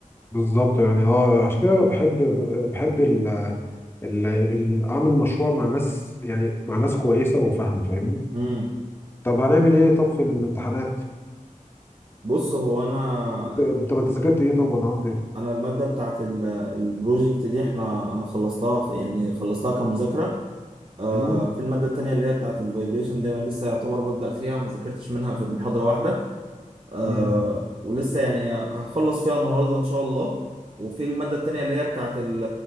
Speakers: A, on the left; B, on the right.
A: بالظبط يعني اه عشان كده بحب بحب ال ال ال- اعمل مشروع مع ناس يعني مع ناس كويسه وفاهمه فاهمني
B: امم
A: طب هنعمل ايه طب في الامتحانات
B: بص هو انا
A: انت طب انت ذاكرت ايه طب ولا عملت ايه
B: انا الماده بتاعت ال- البروجكت دي احنا انا خلصتها يعني خلصتها كمذاكره آه
A: مم؟
B: في الماده التانية اللي هي بتاعت الفايبريشن دي انا لسه يعتبر ببدا فيها ما ذاكرتش منها غير محاضره واحده آه
A: مم.
B: ولسه يعني هخلص فيها النهارده ان شاء الله وفي الماده التانيه اللي هي بتاعه ال-